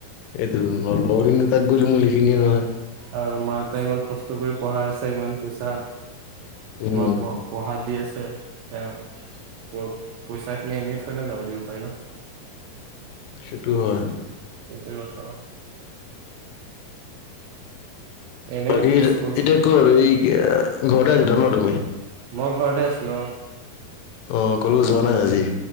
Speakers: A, on the left (about 80°); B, on the right (about 80°).
A: এইটো নলহখিনি তাক গ'লে মল এইখিনিয়ে নহয়,
B: আৰু মা দেউতাই ইমান কষ্ট কৰি পঢ়াই আছে ইমান পইচা তোমাৰ
A: উম
B: প, পঢ়াত দি আছে তেওঁ প পইচা খিনি এনে থৰে না যাব দিব পাৰিবা।
A: সেইটো হয়।
B: সেইটো কথা। এনেই
A: বাকী
B: স্কুল
A: এতিয়া কত আৰু এই ঘৰতে আহিলা ন তুমি?
B: মই ঘৰতে আছিলোঁ অ,
A: অ কলো যোৱা নাই আজি?